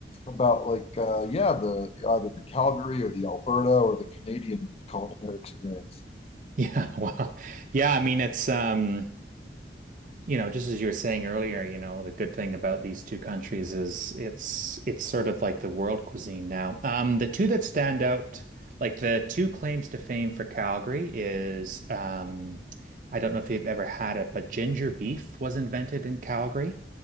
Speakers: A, on the left; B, on the right.
A: about like, uh, yeah, the either the Calgary or the Alberta or the Canadian culinary experience.
B: Yeah, <laughs> wow. Yeah, I mean it's um you know, just as you were saying earlier, you know, the good thing about these two countries is it's it's sort of like the world cuisine now. Um, the two that stand out, like the two claims to fame for Calgary is um, I don't know if you've ever had it, but ginger beef was invented in Calgary